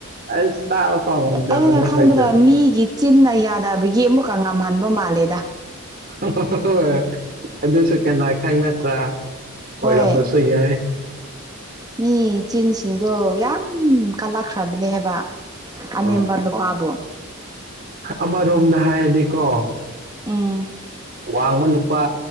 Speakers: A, on the right; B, on the right.
A: ꯑꯁ ꯇꯥꯕ ꯄꯥꯃꯝꯖꯕꯅꯦ
B: ꯑꯩꯅ ꯈꯟꯕꯗ
A: ꯈꯣꯢꯁꯨ
B: ꯃꯤꯒꯤ ꯆꯤꯟꯅ ꯌꯥꯗꯕꯒꯤ ꯑꯃꯨꯛꯀ ꯉꯥꯝꯍꯟꯕ ꯃꯥꯜꯂꯦꯗ
A: ꯑꯣ ꯍꯣꯏ ꯍꯣꯏ ꯑꯗꯨꯁꯨ ꯀꯅꯥ ꯈꯪ ꯅꯠꯇ꯭ꯔꯥ
B: ꯍꯣꯏ
A: ꯑꯣꯏꯔꯝꯕꯁꯨ ꯌꯥꯏ
B: ꯃꯤ ꯆꯤꯟꯁꯤꯡꯗꯣ ꯌꯥꯝ ꯀꯜꯂꯛꯈ꯭ꯔꯕꯅꯦ ꯍꯥꯏꯕ ꯑꯅꯦꯝꯕ
A: ꯍꯣꯏ
B: ꯅꯨꯄꯥꯗꯣ
A: ꯑꯃꯔꯣꯝꯗ ꯍꯥꯏꯔꯗꯤꯀꯣ
B: ꯎꯝ
A: ꯋꯥꯡꯕ ꯅꯨꯄꯥ